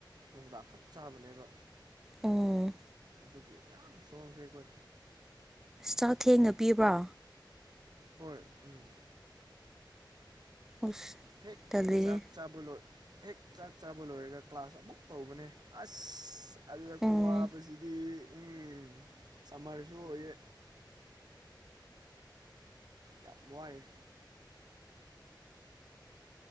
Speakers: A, on the right; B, in the centre.
A: ꯅꯨꯡꯗ ꯈꯛ ꯆꯥꯕꯅꯦꯕ
B: ꯎꯝ
A: ꯑꯗꯨꯒꯤ ꯌꯥꯝ ꯁꯣꯟꯈ꯭ꯔꯦ ꯈꯣꯏ
B: ꯆꯥꯛ ꯊꯦꯡꯅ ꯄꯤꯕ꯭ꯔꯣ
A: ꯍꯣꯏ ꯎꯝ
B: ꯑꯁ
A: ꯍꯦꯛ
B: ꯇꯜꯂꯤꯍꯦ
A: ꯆꯥꯛ ꯆꯥꯕ ꯂꯣꯏ ꯍꯦꯛ ꯆꯥꯛ ꯆꯥꯕ ꯂꯣꯏꯔꯒ ꯀ꯭ꯂꯥꯁ ꯑꯃꯨꯛ ꯇꯧꯕꯅꯦ ꯑꯁ ꯑꯗꯨꯗ ꯈꯨ
B: ꯎꯝ
A: ꯋꯥꯕꯁꯤꯗꯤ ꯎꯪ ꯁꯝꯃꯔꯁꯨ ꯑꯣꯏꯌꯦ ꯌꯥꯝ ꯋꯥꯏꯑꯦ